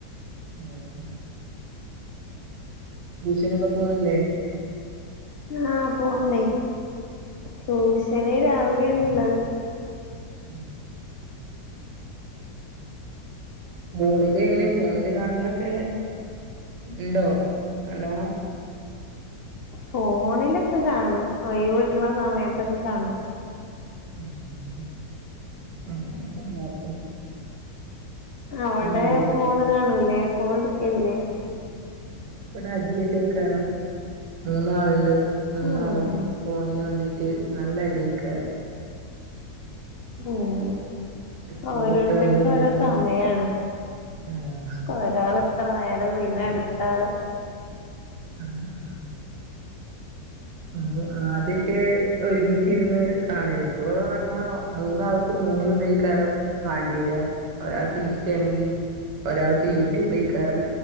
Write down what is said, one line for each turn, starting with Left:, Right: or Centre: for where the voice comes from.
Right: ആഹ് റ്റൂഷനൊക്കെ പോണില്ലേ
Left: ആഹ് പോണുണ്ടേ ട്യൂഷന് രാവിലെയാണുള്ളത്
Right: ഞ ഫോണില് എങ്ങനെ ഫോണില് കാണലൊക്കെ ഉണ്ടോ നല്ലോണം
Left: ഫോണിലൊക്കെ കാണും ഒഴിവ്ട്ടണ സമയത്തൊക്കെ കാണും
Right: ഉം അതന്നെപ്പ എല്ലാട്തും
Left: അവിടെ
Right: പരിപാടി
Left: ഫോണ് കാണൂലേ ഫോൺ എടുക്കല്ലേ
Right: ഉം അയ്‌ന് ഇവിടെ അടിയെല്ലേയ്ക്കാരം മൂന്നാൾണ്ട് മൂന്നാളും
Left: ഉം
Right: ഫോണിന് വേണ്ടീട്ട് നല്ല അടിയ്കാരം
Left: ഉം
Right: സ്കൂൾ
Left: ഓരോരുത്തർക്കും
Right: വിട്ട് വന്ന് കഴിഞ്ഞാ
Left: ഓരോ
Right: പിന്നെ
Left: സമയാണ്
Right: ആഹ്
Left: ഒരാള് ഇത്ര നേരം പിന്നെ അടുത്താള്
Right: ആഹ് ആഹ് പിന്നെ ആദ്യൊക്കെ ഒരുമിച്ചിരുന്ന് കാണേനി ഇപ്പൊപർഞ്ഞാ മൂന്നാൾക്ക് മൂന്ന് ഇതൈക്കാരം വാണ്ടിര ഒരാൾക്ക് ഇനിസ്റ്റ് ആണെങ്കിൽ ഒരാൾക്ക് യൂട്യൂബയ്കാരം